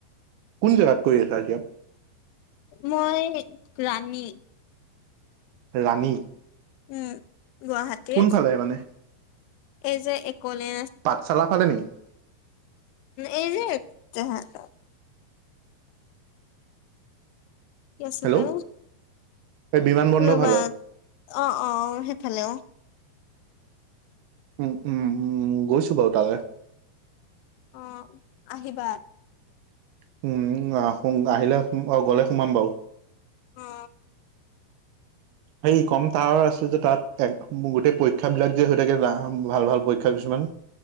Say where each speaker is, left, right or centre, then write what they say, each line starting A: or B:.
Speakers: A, on the right (about 80°); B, on the left (about 85°).
A: কোন জেগাত কৰি আছা এতিয়া?
B: মই ৰাণী।
A: ৰাণী।
B: উম গুৱাহাটীৰ
A: কোনফালে মানে
B: এই যে একলে
A: পাট চালা সফালে নেকি?
B: এই যে তেহত কি আছিলে
A: হেল্ল' এই বিমান বন্দৰ
B: ৰবাত
A: ফালে
B: অ অ সেইফালে অ
A: উম উম উম গৈছো বাৰু তালে
B: অ আহিবা।
A: সোম আ সোম আহিলে গ'লে সোমাম বাও।
B: অ।
A: সেই কম তাৱাৰ আছে যে তাত গোটেই পৰীক্ষাবিলাক যে হৈ থাকে ভাল ভাল পৰীক্ষা কিছুমান <inaudible>